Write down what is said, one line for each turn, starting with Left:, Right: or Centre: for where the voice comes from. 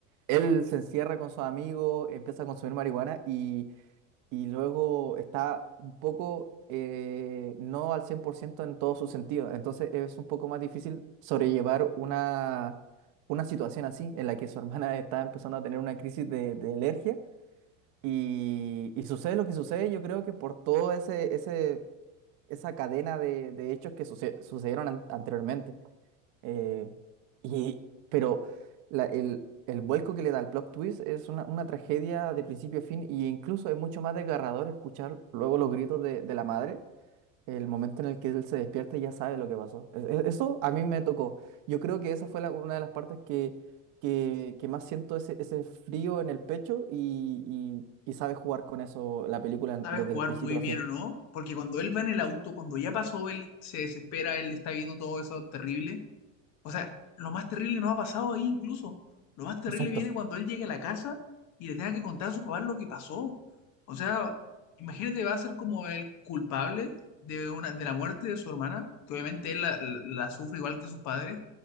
Right: Él se encierra con sus amigos, empieza a consumir marihuana y luego está un poco eh, no al 100% en todos sus sentidos. Entonces es un poco más difícil sobrellevar una, una situación así, en la que su <laughs> hermana está empezando a tener una crisis de, de alergia y, y sucede lo que sucede, yo creo que por todo ese, ese, esa cadena de, de hechos que suce- sucedieron an- anteriormente. Eh, y, pero la- el, el vuelco que le da el plot twist es una, una tragedia de principio a fin, e incluso es mucho más desgarrador escuchar luego los gritos de, de la madre, el momento en el que él se despierta y ya sabe lo que pasó. E- e- Eso a mí me tocó. Yo creo que esa fue la- una de las partes que, que, que más siento ese, ese frío en el pecho y, y, y sabe jugar con eso la película
Left: Sabe
Right: desde
Left: jugar
Right: el principio
Left: muy
Right: a
Left: bien
Right: fin.
Left: o no, porque cuando él va en el auto, cuando ya pasó, él se desespera, él está viendo todo eso terrible O sea, lo más terrible no ha pasado ahí incluso. Lo más terrible
Right: Exacto.
Left: viene cuando él llegue a la casa y le tenga que contar a su papá lo que pasó. O sea, imagínate, va a ser como el culpable de, una, de la muerte de su hermana, que obviamente él la, la- la sufre igual que sus padres,